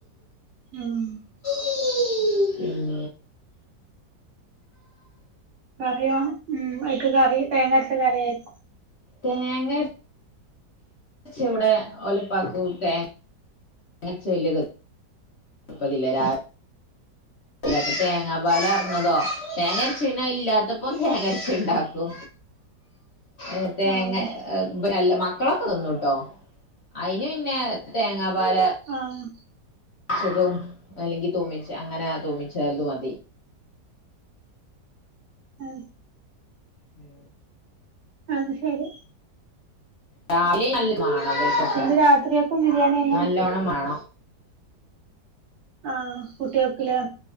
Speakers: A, on the right; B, on the left.
A: ആഹ്
B: ഉം
A: കറിയോ ഉം അതിക്ക് കറി തേങ്ങ അരച്ച കറിയായിരുരിക്കും
B: തേങ്ങര ഇവിടെ ഒലപ്പാക്ക് തേങ്ങ <unintelligible> ഇല്ലാത്ത തേങ്ങാ പാല് പാർന്നതോ തേങ്ങരച്ചത് പിന്നെ അത് ഇല്ലാത്തപ്പ തേങ്ങ അരച്ചത് ഉണ്ടാക്കൂ <inaudible> തേങ്ങ
A: ആഹ്
B: മക്കളൊക്കെ തിന്നൂട്ടോ അതിന് പിന്നെ തേങ്ങാ പാൽ
A: ആഹ്
B: ച്ചതും അല്ലെങ്കിൽ തുമിച്ച അങ്ങനെ തുമിച്ചും മതി
A: ഉം
B: ഉം
A: അത് ശരി
B: കറി നല്ലോണം വേണം ഇവൽക്കൊക്കെ
A: ഇന്ന് രാത്രിയക്കും ബിരിയാണി തന്നെ
B: നല്ലോണം <unintelligible>
A: ആഹ് കുട്ടികൾക്കില്ലേ